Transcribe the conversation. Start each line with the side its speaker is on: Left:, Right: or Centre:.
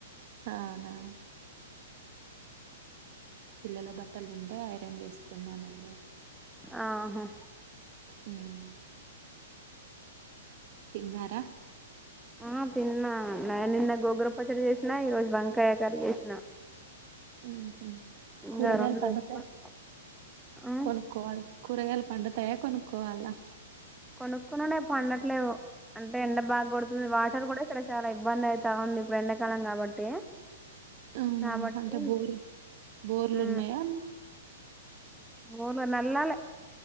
Right: అవునా పిల్లల బట్టలు ఉంటే ఐరన్ చేస్తున్నానండి
Centre: ఆహా
Right: ఉమ్ తిన్నారా
Centre: ఆ తిన్నా నేను నిన్న గోంగూర పచ్చడి చేసిన ఈ రోజు వంకాయ కర్రీ చేసినా
Right: ఉహుమ్
Centre: ఇంకా
Right: కూరగాయాలు
Centre: రెండు
Right: పండుతాయి
Centre: వేసుకొని ఆ
Right: కొనుక్కోవాలి కూరగాయలు పండుతాయ కొనుక్కోవాల్నా
Centre: కొనుక్కున్నునే పండట్లేవు అంటే ఎండ బాగ కొడుతుంది వాటర్ కూడా ఇక్కడ చాలా ఇబ్బంది అయిత ఉంది ఇప్పుడు ఎండాకాలం కాబట్టి
Right: అవునా
Centre: కాబట్టి
Right: అంటే బోర్ బోర్లు
Centre: ఊ
Right: ఉన్నాయా
Centre: బోర్లు నల్లాలే